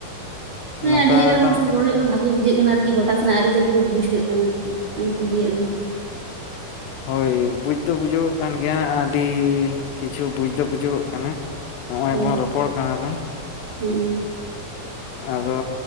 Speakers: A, on the right; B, on the left.
A: ᱦᱮ
B: ᱱᱚᱝᱠᱟ
A: ᱟᱹᱰᱤ ᱡᱟᱜᱟ ᱨᱮ
B: ᱫᱚ
A: ᱦᱚᱲ ᱥᱮᱫ ᱨᱚᱲ ᱦᱩᱭᱩᱜ ᱠᱟᱱᱟ ᱵᱷᱟᱜᱤ ᱵᱩᱡᱷᱟᱹᱜ ᱠᱟᱱᱟ ᱟᱨᱠᱤ ᱜᱚᱴ ᱴᱟ ᱥᱮᱱᱟᱜ ᱟᱹᱨᱤᱪᱟᱹᱞᱤ ᱠᱚ ᱵᱩᱡᱽ ᱦᱩᱭᱩᱜ ᱠᱟᱱᱟ ᱟᱨᱠᱤ ᱚᱱᱟᱧ ᱠᱩᱞᱤᱭᱮᱫ ᱢᱮᱭᱟ
B: ᱦᱳᱭ ᱵᱩᱡᱽ ᱫᱚ ᱵᱩᱡᱩᱜᱚᱜ ᱠᱟᱱ ᱜᱮᱭᱟ ᱟᱹᱰᱤ ᱠᱤᱪᱷᱩ ᱵᱩᱡᱽ ᱫᱚ ᱵᱩᱡᱩᱜᱚᱜ ᱠᱟᱱᱟ ᱱᱚᱜ ᱚᱭ
A: ᱦᱳᱭ
B: ᱵᱚᱱ ᱨᱚᱯᱚᱲ ᱠᱟᱱᱟ ᱵᱚᱱ
A: ᱦᱮᱸ
B: ᱟᱫᱚ